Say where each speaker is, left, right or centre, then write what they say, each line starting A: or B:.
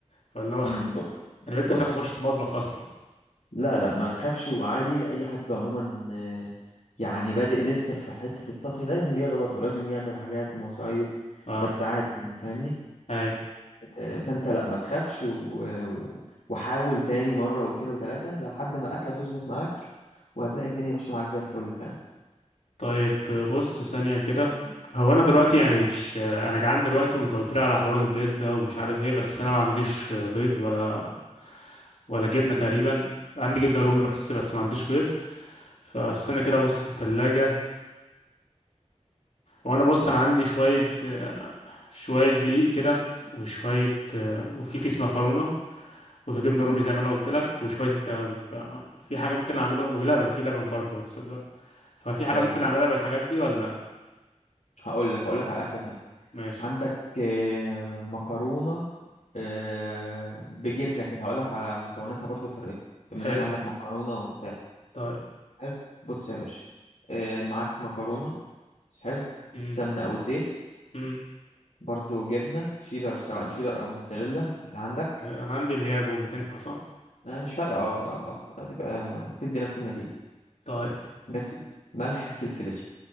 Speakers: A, on the left; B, on the left.
A: فاللي هو <laughs>
B: مم.
A: انا بنت
B: بص
A: خاف اخش المطبخ اصلا
B: لا لا ما تخافش وعادي اي حد عموما آه، يعني بادئ لسه في حتة الطبخ لازم يغلط ولازم يعمل حاجات ومصايب
A: اه
B: بس عادي يعني فاهمني
A: اي
B: آه، فانت لا ما تخافش و- و- وحاول تاني مرة واتنين وتلاتة لحد ما اكلة تظبط معاك وهتلاقي الدنيا ماشية معاك زي الفل فاهم
A: طيب آه، بص ثانيه كده هو انا دلوقتي يعني مش آه، انا جعان دلوقتي وانت قلت لي على حوار البيض ده ومش عارف ايه بس انا ما عنديش آه، بيض ولا ولا جبنه تقريبا عندي جبنه رومي
B: امم
A: بس بس ما عنديش بيض فاستنى كده ابص في الثلاجه هو انا بص انا عندي شويه آه، شويه دقيق كده وشويه آه، وفي كيس مكرونه وفي جبنه
B: امم
A: رومي زي ما انا قلت لك وشويه التوابل ففي حاجه ممكن اعملها ولبن في لبن برضه تصدق ففي حاجه
B: حلو
A: ممكن اعملها بالحاجات دي ولا
B: هقول لك هقول لك على اكلة تانية
A: ماشي
B: عندك آه، مكرونة آه، بجبنة كده هقول لك على مكوناتها برضو وطريقتها بما
A: حلو
B: انك عندك مكرونة وبتاع
A: طيب
B: حلو بص يا باشا آه معاك مكرونة حلو
A: امم
B: سمنة أو زيت
A: امم
B: برضو جبنة شيدر سواء شيدر أو موتزاريلا اللي عندك
A: انا عندي اللي هي الرومي تنفع صح
B: آه مش فارقة اه آه،
A: مم.
B: آه، هتبقى تدي نفس النتيجة
A: طيب
B: ماشي ملح فلفل أسود